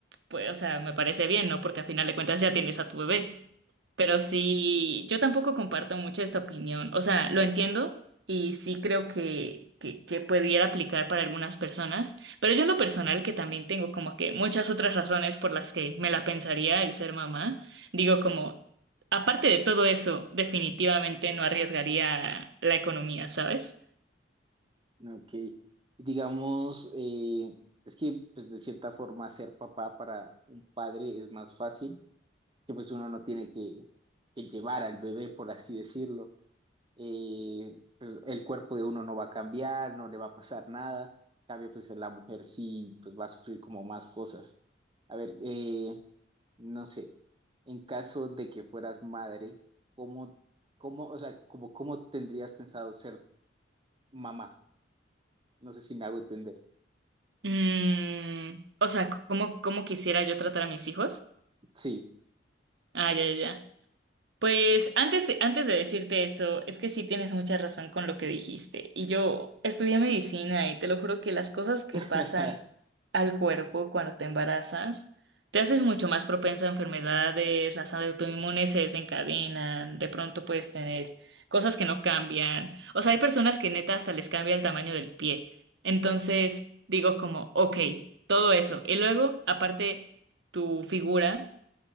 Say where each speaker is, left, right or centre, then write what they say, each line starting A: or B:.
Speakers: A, on the right (about 70°); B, on the right (about 25°).
A: pues, o sea, me parece bien, ¿no? Porque a final de cuentas ya tienes a tu bebé. Pero sí, yo tampoco comparto mucho esta opinión. O sea, lo entiendo y sí creo que, que, que pudiera aplicar para algunas personas, pero yo en lo personal, que también tengo como que muchas otras razones por las que me la pensaría el ser mamá, digo como, aparte de todo eso, definitivamente no arriesgaría la economía, ¿sabes?
B: Ok. Y Digamos, eh, es que pues de cierta forma ser papá para un padre es más fácil, que pues uno no tiene que, que llevar al bebé, por así decirlo. Eh, pues el cuerpo de uno no va a cambiar, no le va a pasar nada. En cambio, pues la mujer sí pues va a sufrir como más cosas. A ver, eh, no sé, en caso de que fueras madre, ¿cómo, cómo, o sea, como, cómo tendrías pensado ser mamá? No sé si me hago entender.
A: Mm, o sea, ¿cómo, cómo quisiera yo tratar a mis hijos?
B: Sí.
A: Ah, ya, ya, ya. Pues antes, antes de decirte eso, es que sí tienes mucha razón con lo que dijiste. Y yo estudié medicina y te lo juro que las cosas que
B: <laughs>
A: pasan al cuerpo cuando te embarazas, te haces mucho más propensa a enfermedades, las autoinmunes se desencadenan, de pronto puedes tener cosas que no cambian. O sea, hay personas que neta hasta les cambia el tamaño del pie. Entonces digo como, ok, todo eso. Y luego, aparte, tu figura